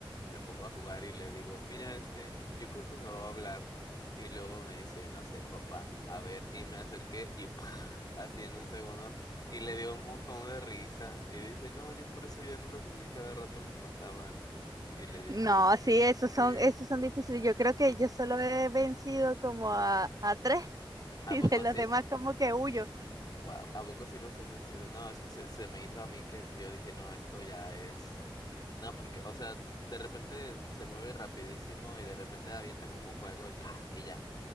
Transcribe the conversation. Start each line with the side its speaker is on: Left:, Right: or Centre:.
Left: Me pongo a jugar y le digo, mira este, yo creo que me va a hablar. Y luego me dice, no sé, papá, a ver, y me acerqué y <laughs> ¡pah! así en un segundo y le dio un montón de risa. Y dice, no, yo por eso ya no lo jugué, cada rato me mataban. Y le dije,
Right: no, sí, esos son,
Left: sí.
Right: esos son difíciles. Yo creo que yo solo he vencido como a, a tres <laughs>
Left: ¿A
Right: y
Left: poco
Right: de los
Left: sí?
Right: demás como que huyo.
Left: Wow, ¿a poco sí los has vencido? No, es que se, se me hizo a mí que yo dije, no, esto ya es... No, porque, o sea, de repente se mueve rapidísimo y de repente avienta como fuego y pa, y ya,